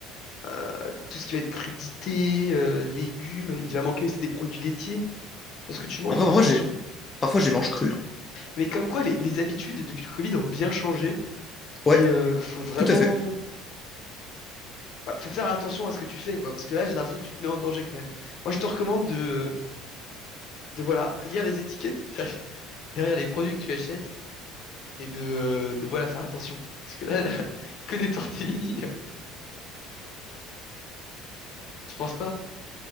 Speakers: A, on the left; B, on the left.
A: euh, tout ce qui va être crudité, euh, légumes, il va manquer aussi des produits laitiers dans ce que tu manges,
B: Après,
A: donc
B: parfois,
A: fais attention.
B: j'ai parfois je les mange crus. hein.
A: Mais comme quoi, les, les habitudes depuis le Covid ont bien changé
B: Ouais,
A: et euh, faut vraiment
B: tout à fait.
A: bah, faut faire attention à ce que tu fais, quoi. Parce que là, j'ai l'impression que tu te mets en danger quand même. Moi, je te recommande de, de voilà, lire les étiquettes <laughs> derrière les produits que tu achètes et de, de voilà, faire attention. Parce que là, <laughs> que des tortellini, euh, <laughs> tu penses pas?